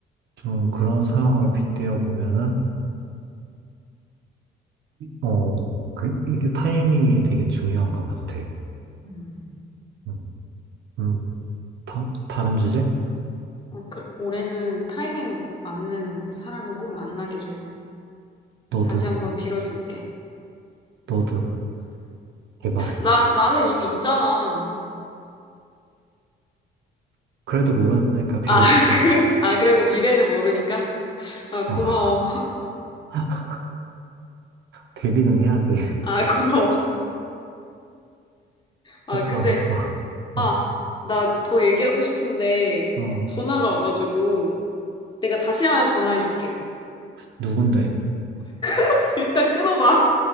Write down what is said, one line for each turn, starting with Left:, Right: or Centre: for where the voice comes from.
Right: 좀 그런 상황을 빗대어 보면은, 어, 그, 이게 타이밍이 되게 중요한 것 같아.
Left: 음.
Right: 음, 음, 다, 다른 주제?
Left: 어, 그, 올해는 타이밍 맞는 사람을 꼭 만나기를
Right: 너도,
Left: 다시 한번 빌어줄게.
Right: 너도, 제발.
Left: 나, 나는 이미 있잖아.
Right: 그래도 모르니까 빌어줄게,
Left: 아, <laughs>
Right: 나.
Left: 그래, 아, 그래도 미래는 모르니까. 아, 고마워.
Right: 어, <laughs> 데뷔는 해야지.
Left: 아, 고마워. 아,
Right: <laughs>
Left: 근데
Right: 다음 거.
Left: 아,
Right: 어,
Left: 나 더 얘기하고 싶은데
Right: 어,
Left: 전화가 와가지고 내가 다시 하나 전화해 줄게.
Right: 누군데?
Left: <laughs> 일단 끊어봐.